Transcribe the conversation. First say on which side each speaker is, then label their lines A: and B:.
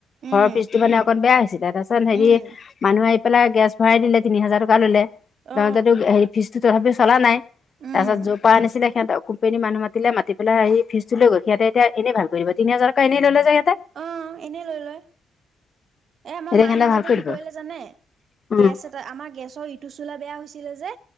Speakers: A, on the right; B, on the left.
A: উম
B: ঘৰৰ ফ্ৰীজটো মানে অকণ বেয়া হৈছিলে তাৰপাছত হেৰি
A: উম
B: মানুহ আহি পেলাই গেছ ভৰাই দিলে তিনি হাজাৰ টকা ল'লে লওঁতেতো
A: অ
B: হেৰি ফ্ৰিজটো তথাপি চলা নাই
A: উম
B: তাৰ পাছত যপা আনিছিলে সিহঁত কোম্পেনী মানুহ মাতিলে মাতি পেলাই আহি ফ্ৰিজটো লৈ গ'ল সিহতে এতিয়া এনেই ভাল কৰিব তিনি হাজাৰ টকা এনেই ললে যে
A: অ এনেই লৈ লয়। এ মই
B: এতিয়া
A: মায়ে
B: সিহঁতে
A: মাজতে
B: ভাল কৰি
A: কি
B: দিব।
A: কৰিলে জানে
B: উম,
A: গেছ এটা আমাৰ গেছৰ ইটো চোলা বেয়া হৈছিলে যে